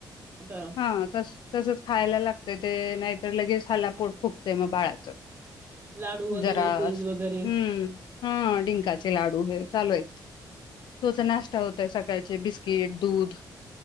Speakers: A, on the right (about 25°); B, on the left (about 70°).
A: आता
B: हा तसं तसच खायला लागते ते नाहीतर लगेच ह्याला पोट फुकते मग बाळाचं
A: लाडू वगैरे
B: जरास
A: पेज वगैरे
B: हम्म हा डिंकाचे लाडू हे चालू आहेत. तोच नाश्ता होतय सकाळचे बिस्किट, दूध